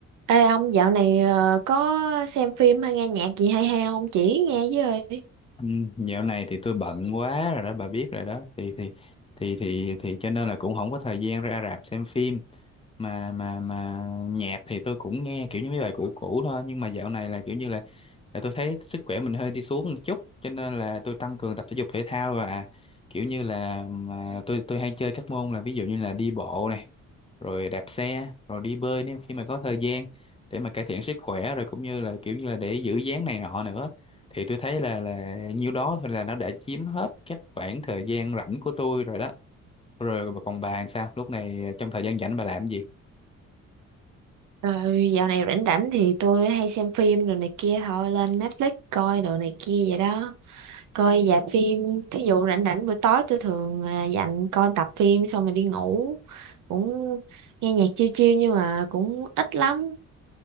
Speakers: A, on the right (about 80°); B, on the left (about 20°).
A: Ê ông dạo này ờ, có xem phim hay nghe nhạc gì hay hay không chỉ nghe với ơi
B: Ừ, dạo này thì tôi bận quá rồi đó bà biết rồi đó thì thì thì thì thì cho nên là cũng không có thời gian ra rạp xem phim mà mà mà nhạc thì tôi cũng nghe kiểu như mấy bài cũ cũ thôi nhưng mà dạo này là kiểu như là là tôi thấy sức khỏe mình hơi đi xuống một chút cho nên là tôi tăng cường tập thể dục thể thao và kiểu như là mà tôi tôi hay chơi các môn là ví dụ như là đi bộ này rồi đạp xe rồi đi bơi nếu khi mà có thời gian để mà cải thiện sức khỏe rồi cũng như là kiểu như là để giữ dáng này nọ nữa thì tôi thấy là là nhiêu đó thôi là nó đã chiếm hết các khoảng thời gian rảnh của tôi rồi đó rồi còn bà làm sao lúc này trong thời gian rảnh bà làm gì
A: Rồi dạo này rảnh rảnh thì tôi hay xem phim rồi này kia thôi lên Netflix coi đồ này kia vậy đó coi dạp phim thí dụ rảnh rảnh buổi tối tôi thường à, dành coi tập phim xong rồi đi ngủ cũng nghe nhạc chill chill nhưng mà cũng ít lắm